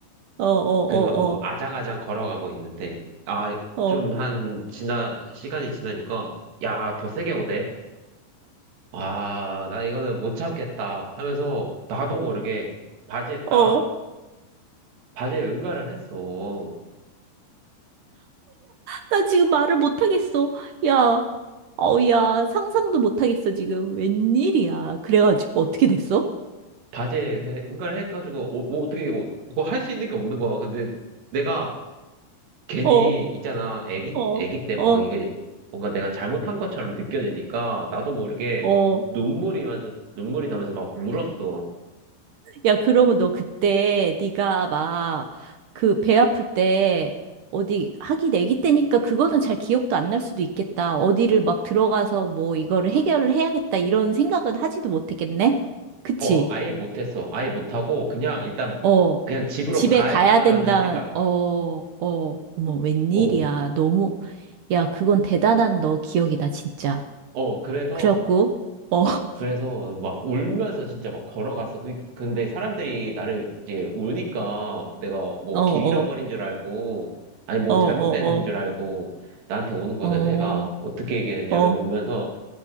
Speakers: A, on the right; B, on the right.
A: 어, 어,
B: 그래서 뭐
A: 어,
B: 아장아장 걸어가고 있는데 아
A: 어,
B: 좀 한 지나 시간이 지나니까 야 더 세게 오대 아 나 이거는 못 참겠다 하면서 나도 모르게 바지에 딱
A: 어, 어.
B: 바지에 응가를 했어
A: 나 지금 말을 못하겠어. 야, 어, 야, 상상도 못하겠어, 지금. 웬일이야. 그래가지고 어떻게 됐어?
B: 바지에 해- 응가를 해가지고 어, 뭐 어떻게 뭐 그거 할 수 있는 게 없는 거야 근데 내가 괜히
A: 어,
B: 있잖아 애기
A: 어,
B: 애기 때 뭐
A: 어,
B: 이거 뭔가 내가 잘못한 것처럼 느껴지니까 나도 모르게
A: 어.
B: 눈물이 나면서 눈물이 나면서 막 울었어
A: 야, 그러면 너 그때 네가 막 그 배 아플 때 어디 하기 내기 때니까 그거는 잘 기억도 안 날 수도 있겠다. 어디를 막 들어가서 뭐 이거를 해결을 해야겠다 이런 생각은 하지도 못했겠네. 그치?
B: 어, 아예 못했어. 아예 못하고, 그냥 일단,
A: 어.
B: 그냥 집으로
A: 집에
B: 가야겠다라는
A: 가야 된다.
B: 생각.
A: 어, 어. 어머, 웬일이야.
B: 어,
A: 너무 야, 그건 대단한 너 기억이다, 진짜.
B: 어, 그래서,
A: 그래갖고 어, <laughs>
B: 그래서 막 울면서 진짜 막 걸어갔어. 그, 근데 사람들이 나를 이제 우니까 내가 뭐
A: 어, 어,
B: 길 잃어버린 줄 알고, 아니 뭐
A: 어, 어,
B: 잘못된 줄 알고 나한테 오는 거야.
A: 어,
B: 그래서
A: 어,
B: 내가 어떻게 얘기했냐면
A: 어,
B: 울면서